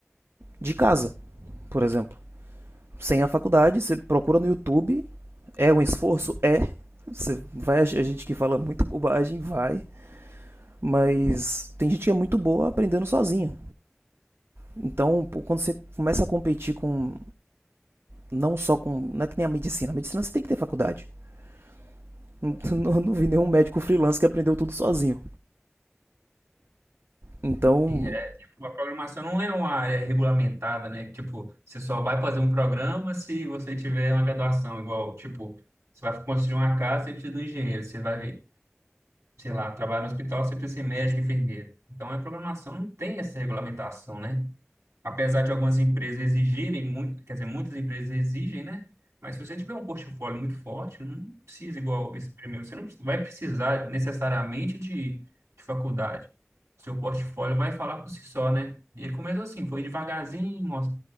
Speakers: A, on the right; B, on the right.
A: de casa, por exemplo. Sem a faculdade, você procura no YouTube, é um esforço? É. Você vai, a gente que fala muita bobagem, vai. Mas tem gente que é muito boa aprendendo sozinha. Então, quando você começa a competir com não só com. Não é que nem a medicina. A medicina você tem que ter faculdade. <laughs> Não, não vi nenhum médico freelance que aprendeu tudo sozinho. Então,
B: Assim, é, tipo, a programação não é uma área regulamentada, né? Tipo, você só vai fazer um programa se você tiver uma graduação, igual, tipo, você vai construir uma casa, você precisa de um engenheiro, você vai, sei lá, trabalhar no hospital, você precisa ser médico, enfermeiro. Então, a programação não tem essa regulamentação, né? apesar de algumas empresas exigirem muito, quer dizer, muitas empresas exigem, né? Mas se você tiver um portfólio muito forte, não precisa igual esse primeiro, você não vai precisar necessariamente de, de faculdade. Seu portfólio vai falar por si só, né? E ele começou assim, foi devagarzinho, mostra,